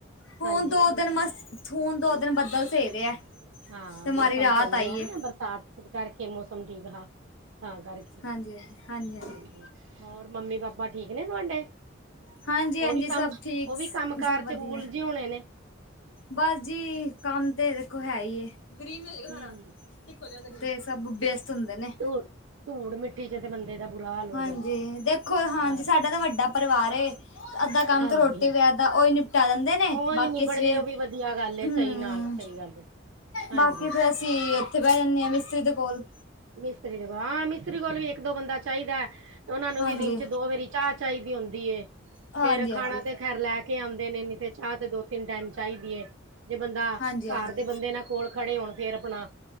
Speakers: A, on the left; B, on the right.
A: ਫੋਨ
B: ਹਾਂਜੀ
A: ਦੋ ਦਿਨ ਮਸ ਹੁਣ ਦੋ ਦਿਨ ਤੋਂ ਬੱਦਲ ਸਹੀ ਰਿਹਾ।
B: ਹਾਂ,
A: ਤੇ
B: ਮੌਸਮ
A: ਮਾਰੀ ਰਾਹਤ
B: ਸਹੀ
A: ਆਈ
B: ਰਿਹਾ
A: ਹੈ
B: ਨਾ ਬਰਸਾਤ ਕਰਕੇ ਮੌਸਮ ਠੀਕ ਹਾ ਤਾਂ ਕਰਕੇ।
A: ਹਾਂਜੀ-ਹਾਂਜੀ-ਹਾਂਜੀ।
B: ਹਾਂਜੀ ਹੋਰ ਮੰਮੀ-ਪਾਪਾ ਠੀਕ ਨੇ ਤੁਹਾਡੇ?
A: ਹਾਂਜੀ
B: ਉਹ
A: ਹਾਂਜੀ
B: ਵੀ
A: ਸਭ
B: ਕੰਮ,
A: ਠੀਕ
B: ਉਹ ਵੀ ਕੰਮ-ਕਾਰ
A: ਸਭ ਵਧੀਆ
B: ਚ ਉਲਝੇ ਹੋਣੇ ਨੇ।
A: ਬਸ ਜੀ ਕੰਮ ਤੇ ਦੇਖੋ ਹੈ ਹੀ ਹੈ, ਗਰੀਨ ਨੂੰ
B: ਹੂੰ।
A: ਹਰਾ ਤੇ ਸਭ ਵਿਅਸਤ ਹੁੰਦੇ ਨੇ।
B: ਧੂੜ ਧੂੜ ਮਿੱਟੀ ਚ ਤੇ ਬੰਦੇ ਦਾ ਬੁਰਾ ਹਾਲ ਹੋ
A: ਹਾਂਜੀ
B: ਜਾਂਦਾ,
A: ਦੇਖੋ ਹਾਂਜੀ
B: ਸਾਰਾ।
A: ਸਾਡਾ ਤਾਂ ਵੱਡਾ ਪਰਿਵਾਰ ਏ ਅੱਧਾ ਕੰਮ
B: ਹਾਂਜੀ-ਹਾਂਜੀ,
A: ਤਾਂ ਰੋਟੀ ਵਗੈਰਾ ਦਾ ਉਹੀ ਨਿਪਟਾ ਦਿੰਦੇ ਨੇ
B: ਉਹੀ
A: ਬਾਕੀ
B: ਨਿਬੜ
A: ਅਸੀਂ
B: ਜੇ
A: ਫਿਰ
B: ਉਹ ਵੀ ਵਧੀਆ ਗੱਲ ਹੈ,
A: ਹਮ
B: ਸਹੀ ਨਾਲ। ਸਹੀ ਗੱਲ ਏ। ਹਾਂਜੀ।
A: ਬਾਕੀ ਫੇਰ ਅਸੀਂ ਉੱਥੇ ਬਹਿ ਜਾਂਦੇ ਹਾਂ ਮਿਸਤਰੀ ਦੇ ਕੋਲ।
B: ਮਿਸਤਰੀ ਦੇ ਕੋਲ ਹਾਂ, ਮਿਸਤਰੀ ਕੋਲ ਵੀ ਇੱਕ-ਦੋ ਬੰਦਾ ਚਾਹੀਦਾ ਉਹਨਾਂ ਨੂੰ
A: ਹਾਂਜੀ
B: ਵੀ ਦਿਨ ਚ ਦੋ ਵਾਰੀ ਚਾਹ ਚਾਹੀਦੀ ਹੁੰਦੀ
A: ਹਾਂਜੀ
B: ਫੇਰ ਖਾਣਾ
A: ਹਾਂਜੀ
B: ਤੇ ਲੈ ਕੇ ਆਉਂਦੇ ਨੇ ਨਹੀਂ ਤੇ ਚਾਹ ਤੇ ਦੋ-ਤਿੰਨ ਟਾਈਮ ਚਾਹੀਦੀ ਏ ਜੇ ਬੰਦਾ
A: ਹਾਂਜੀ ਹਾਂਜੀ
B: ਘਰ ਦੇ ਬੰਦੇ ਨਾ ਕੋਲ ਖੜੇ ਹੋਣ ਫੇਰ ਆਪਣਾ